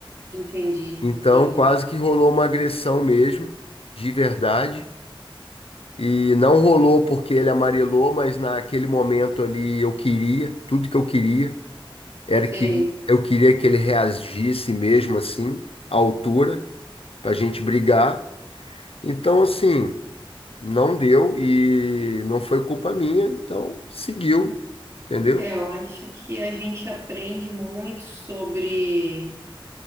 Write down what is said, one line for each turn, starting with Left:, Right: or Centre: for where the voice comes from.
Right: Entendi,
Left: Então,
Right: entendi.
Left: quase que rolou uma agressão mesmo, de verdade. E não rolou porque ele amarelou, mas naquele momento ali eu queria, tudo que eu queria era
Right: Sei.
Left: que eu queria que ele reagisse mesmo assim, à altura, pra gente brigar. Então, assim, não deu e não foi culpa minha, então seguiu, entendeu?
Right: É, eu acho que a gente aprende muito sobre